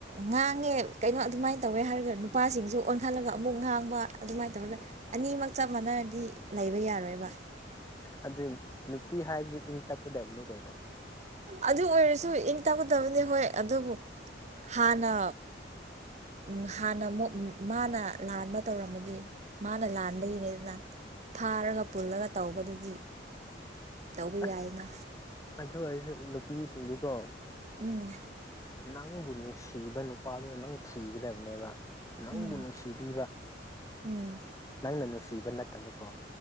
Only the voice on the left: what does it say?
ꯑꯗꯨ ꯅꯨꯄꯤ ꯍꯥꯏꯕꯁꯤ ꯏꯪ ꯇꯞꯀꯗꯕꯅꯤ ꯀꯩꯅꯣ
ꯑꯁ
ꯑꯗꯨ ꯑꯣꯏꯁꯨ ꯅꯨꯄꯤꯁꯤꯡꯗꯤꯀꯣ
ꯅꯪꯕꯨ ꯅꯨꯡꯁꯤꯕ ꯅꯨꯄꯥꯗꯨꯅ ꯅꯪ ꯊꯤꯒꯗꯕꯅꯦꯕ ꯅꯪꯕꯨ
ꯅꯨꯡꯁꯤꯕꯤꯕ
ꯅꯪꯅ ꯅꯨꯡꯁꯤꯕ ꯅꯠꯇꯕꯀꯣ